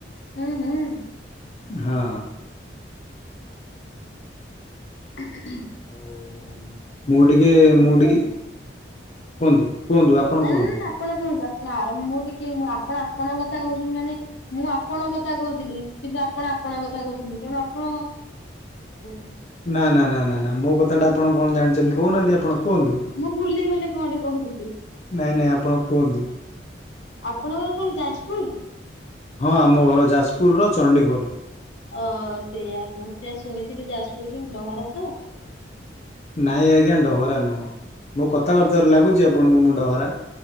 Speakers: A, on the left; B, on the left.
A: ହୁଁ ହୁଁ।
B: ହଁ।
A: ହଁ
B: ଆଉ ମୁଁ ଟିକେ ମୁଁ ଟିକେ କୁହନ୍ତୁ କୁହନ୍ତୁ ଆପଣ
A: ନା
B: କୁହନ୍ତୁ।
A: ନା ନା ଆପଣ କହୁନ୍ତୁ ଆ ଆ ମୁଁ ଟିକେ ଆପଣ ଆପଣଙ୍କ କଥା କହୁଛନ୍ତି ମାନେ ମୁଁ ଆପଣଙ୍କ କଥା କହୁଥିଲି କିନ୍ତୁ ଆପଣ ଆପଣଙ୍କ କଥା କହୁଛନ୍ତି ତେଣୁ ଆପଣ <unintelligible>
B: ନା ନା ନା ନା ନା ମୋ କଥାଟା ଆପଣ କଣ ଜାଣିଛନ୍ତି କହୁନାହାନ୍ତି ଆପଣ। କୁହନ୍ତୁ
A: ମୁଁ ଭୁଲି ଗଲି କଣ ଗୋଟେ କହୁଥିଲି।
B: ନାଇଁ ନାଇଁ ଆପଣ କୁହନ୍ତୁ
A: ଆପଣଙ୍କର କଣ ଯାଜପୁର?
B: ହଁ ଆମ ଘର ଯାଜପୁରର ଚଣ୍ଡିଖୋଲ
A: ଅ ସେଇଆ ମୁଁ ସେଇଆ ଶୁଣିଥିଲି ଯାଜପୁର ଡହରା ତ।
B: ନାଇଁ ଆଜ୍ଞା ଡହରା ନୁହଁ ମୁଁ କଥାବାର୍ତ୍ତାରୁ ଲାଗୁଛି ଆପଣଙ୍କୁ ମୁଁ ଡହରା?